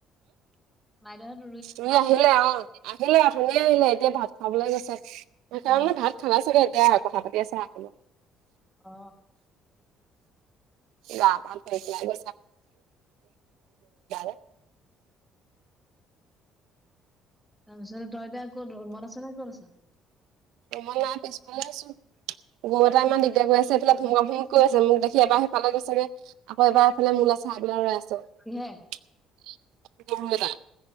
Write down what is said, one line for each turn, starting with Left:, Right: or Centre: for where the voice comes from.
Centre: বাইদেউ হত
Right: ৰুই আহিলে অ' আহিলে অথনি‌য়েই আহিলে এতিয়া ভাত খাবলৈ গৈছে! সেইকাৰণে
Centre: অ
Right: ভাত খালা চাগে আৰু কথা পাতি আছে! আহ'
Centre: অ
Right: গাম আৰু থকছ <unintelligible>
Centre: তাৰ পিছত তই এতিয়া কত ৰুমত আছ নে ক'ত আছ?
Right: ৰুমত নাই পিছফালে আছো গৰু এটা ইমান দি গৈ আছে এফালে ভুমা ভুমি কৰি আছে মোক দেখিবাৰ সিফালে গৈছে আকৌ এবাৰ এইফালে মোলৈ চাই আছে। খাই
Centre: কিহে
Right: পেলাই ৰয় আছোঁ।